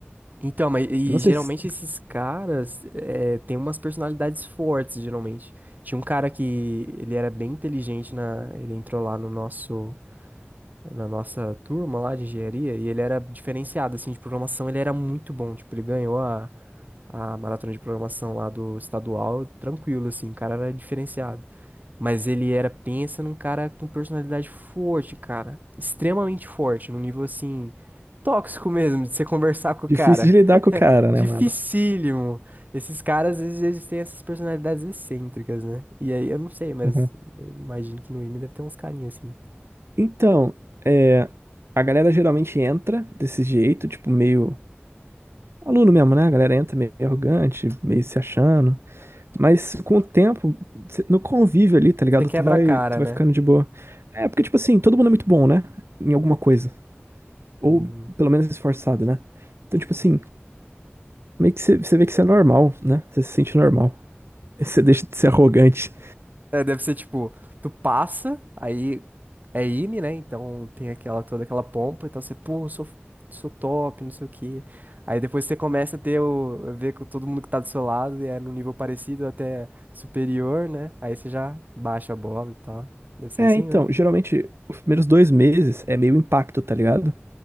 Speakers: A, on the right (about 40°); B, on the right (about 70°).
A: Então, mas e
B: Não
A: geralmente
B: sei, se-
A: esses caras é, têm umas personalidades fortes, geralmente. Tinha um cara que ele era bem inteligente na, ele entrou lá no nosso na nossa turma lá de engenharia e ele era diferenciado assim de programação, ele era muito bom, tipo, ele ganhou a, a maratona de programação lá do estadual, tranquilo assim, o cara era diferenciado. Mas ele era, pensa num cara com personalidade forte, cara, extremamente forte, num nível assim tóxico mesmo de você conversar com o
B: difícil
A: cara.
B: de lidar com o cara,
A: Dificílimo.
B: né, mano?
A: Esses caras, às vezes, eles têm essas personalidades excêntricas, né? E aí, eu não sei, mas
B: Aham.
A: eu imagino que no IME deve ter uns carinhas assim.
B: Então, é, a galera geralmente entra desse jeito, tipo, meio Aluno mesmo, né? A galera entra meio arrogante, meio se achando. Mas com o tempo, cê- no convívio ali, tá ligado?
A: Você quebra
B: Tu vai,
A: a cara,
B: tu vai
A: né?
B: ficando de boa. É porque, tipo assim, todo mundo é muito bom, né? Em alguma coisa. Ou
A: Uhum.
B: pelo menos esforçado, né? Então, tipo assim, meio que você vê que você é normal, né? Você se sente normal. <laughs> Você deixa de ser arrogante.
A: É, deve ser tipo, tu passa, aí é IME, né? Então tem aquela toda aquela pompa, então você, pô, eu sou, sou top, não sei o quê. Aí depois você começa a ter o, a ver com todo mundo que tá do seu lado e é num nível parecido até superior, né? Aí você já baixa a bola e tal. Deve ser
B: É,
A: assim,
B: então,
A: né?
B: geralmente, os primeiros dois meses é meio impacto, tá ligado?